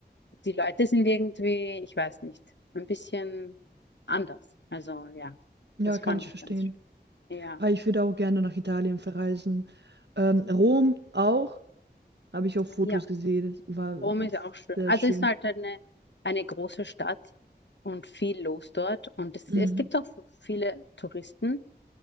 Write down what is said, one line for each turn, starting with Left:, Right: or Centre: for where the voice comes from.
Left: die Leute sind irgendwie, ich weiß nicht, ein bisschen anders. Also ja,
Right: Ja,
Left: das
Right: kann
Left: fand
Right: ich
Left: ich
Right: verstehen.
Left: ganz schön. Ja,
Right: Aber ich würde auch gerne nach Italien verreisen. Ähm, Rom auch, habe ich auf Fotos
Left: ja,
Right: gesehen, das war
Left: Rom ist auch schön.
Right: sehr
Left: Also
Right: schön.
Left: es ist halt eine, eine große Stadt und viel los dort. Und es,
Right: Mhm.
Left: es gibt auch viele Touristen.